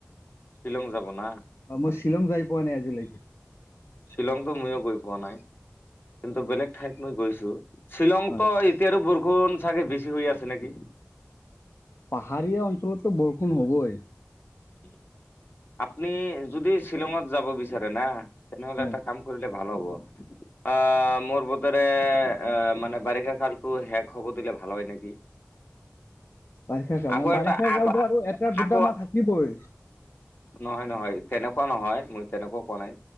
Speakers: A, on the left (about 50°); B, on the left (about 65°).
A: শ্বিলং যাব না!
B: অ মই শ্বিলং যাই পোৱা নাই আজিলৈকে
A: শ্বিলঙতো ময়ো গৈ পোৱা নাই কিন্তু বেলেগ ঠাইত মই গৈছো শ্বিলঙ
B: হয়
A: ত এতিয়া আৰু বৰষুণ চাগে বেছি হৈ আছে নেকি
B: পাহাৰীয়া অঞ্চলততো বৰষুণ হ'বই
A: উম আপনি যদি শ্বিলঙত যাব বিচাৰে না তেনেহলে
B: হয়
A: এটা কাম কৰিলে ভাল হ'ব। আহ, মোৰ বহুত বাৰে এ মানে বাৰিষা কালতটো শেষ হ'ব দিলে ভাল হয় নেকি।
B: বাৰিষা কাল
A: আকৌ
B: না, বাৰিষা
A: এটা আকৌ
B: কালতো আৰু এটা দুটা
A: আকৌ
B: মাহ থাকিবই।
A: নহয়, নহয়। তেনেকুৱা নহয় মই তেনেকুৱা কোৱা নাই।